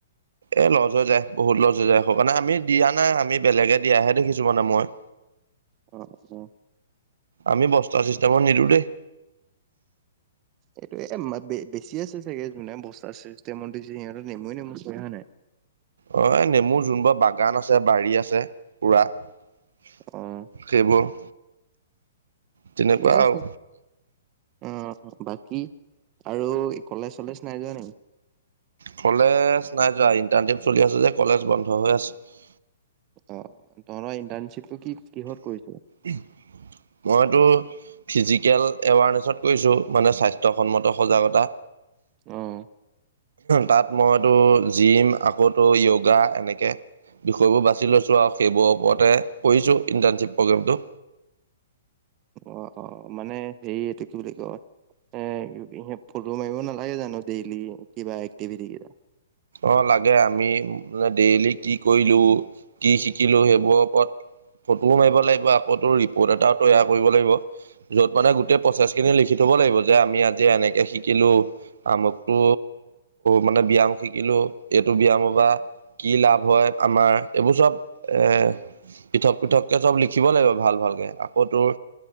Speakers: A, on the right (about 80°); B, on the right (about 30°).
A: এ লজ হৈ যায় বহুত লজ হৈ যায় আ কাৰণে আমি দিয়া নাই আমি বেলেগে দিয়াহে দেখিছো মানে মই। উ
B: অ অ
A: আমি বস্তা চিষ্টেমত নিদো দেই।
B: এইটো এ বেছি আছে চাগে বস্তা চ দিছে সিহঁতৰ নেমুৱে নেমু চাগে হয় নাই।
A: অ এই নেমুৰ যোনবোৰ বাগান আছে বাৰী আছে। পোৰা সেইবোৰ
B: অ'
A: তেনেকুৱা
B: চছে
A: আৰু
B: অ বাকি আৰু কলেজ চলেজ নাই যোৱা নেকি?
A: কলেজ নাই যোৱা ইণ্টাৰচিপ চলি আছে যে কলেজ বন্ধ হৈ আছে।
B: অ ত ইণ্টাৰ্নশিপটো কি? কিহত কৰিছ?
A: মইতো ফিজিকেল এৱাৰনেছত কৰিছোঁ মানে স্বাস্থ্যসন্মত সজাগতা।
B: আহ
A: তাত মইতো জিম আকৌ য়গা এনেকে বিষয়বোৰ বাছি লৈছো আৰু সেইবোৰৰ ওপৰতে কৰিছো ইন্টাৰ্শ্বিপ প্ৰগ্ৰেমটো।
B: অ অ মানে হে এইটো কি বুলি কয়। এ স ফটো মাৰিব নালাগে জানো ডেইলি কিবা এক্টিভিটি কেইটা।
A: অ লাগে আমি মান ডেইলি কি কৰিলো কি শিকিলো সেইবোৰৰ ওপৰত ফটোও মাৰিব লাগিব আকৌ তোৰ ৰিপৰ্ট এটাও তৈয়াৰ কৰিব লাগিব। য'ত মানে গোটেই প্ৰচেছ খিনি লিখি থব লাগিব যে আমি আজি এনেকে শিকিলো আমুকটো মানে ব্যাম শিকিলো এইটো ব্যায়াম বা কি লাভ হয় আমাৰ এইবোৰ চব এ পৃথক পৃথককে চব লিখিব লাগিব ভাল ভালকে আকৌ তোৰ।